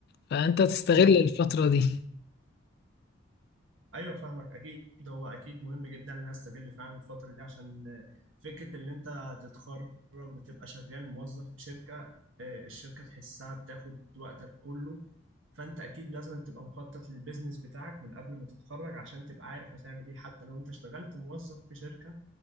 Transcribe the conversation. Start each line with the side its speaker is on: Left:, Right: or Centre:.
Left: فانت تستغل
Right: م-
Left: الفترة
Right: م.
Left: دي
Right: ايوه فاهمك اكيد هو اكيد مهم جدا ان انا استغل فعلا الفتره دي عشان فكره ان انت تتخرج وتبقى شغال موظف في شركه آه، الشركه تحسها بتاخد وقتك كله فانت اكيد لازم تبقى مخطط للبيزنس بتاعك من قبل ما تتخرج عشان تبقى عارف هتعمل ايه حتى لو انت اشتغلت موظف في شركه